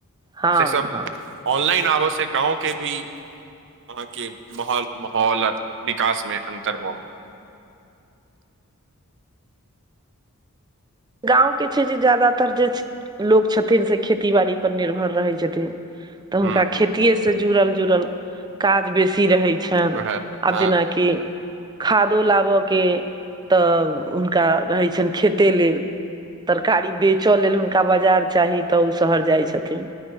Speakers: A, on the right (about 20°); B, on the right (about 55°).
A: हँ
B: से सब
A: हँ
B: ऑनलाइन आबऽ से गाँव के भी आहां के माहौल- माहौल विकास में अंतर भऽ गेल।
A: गाँंव के छै जे ज्यादातर जे छै। लोक छथिन से खेती- बाड़ी पर निर्भर रहै छथिन। तऽ हुनका
B: हुँ
A: खेतिए
B: हुँ
A: से जुड़ल- जुड़ल काज बेसी रहै छैन
B: वएह हँ
A: आब जेना कि खादो लाबयके तऽ हुनका रहैत छनि खेते लेल। तरकारी बेचय लेल हुनका बाजार चाही तऽ ओ शहर जाइत छथिन।